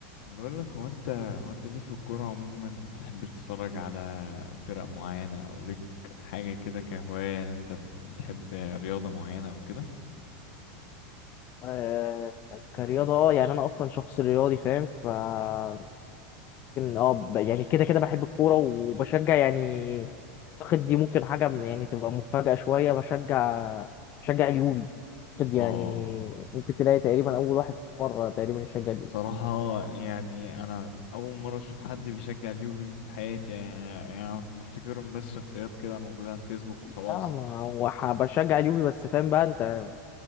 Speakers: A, on the left; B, on the left.
A: بقول لك هو انت هو انت ليك في الكورة عموما بتحب تتفرج على فرق معينة او ليك حاجة كده كهواية يعني انت بتحب رياضة معينة او كده
B: آه كرياضة اه يعني أنا أصلا شخص رياضي فاهم فممكن
A: مم.
B: اه ب- يعني كده كده بحب الكورة وبشجع يعني أعتقد دي ممكن حاجة م- يعني تبقى مفاجأة شوية بشجع بشجع اليوفي أعتقد يعني
A: اه
B: ممكن تلاقي تقريبا أول واحد مرة تقريبا يشجع اليوفي
A: بصراحة يعني انا اول مرة اشوف حد بيشجع اليوفي في حياتي يعني, يعني بفتكرهم بس شخصيات كده موجودة على الفيسبوك وخلاص
B: لا ما هو ح- بشجع اليوفي بس فاهم بقى أنت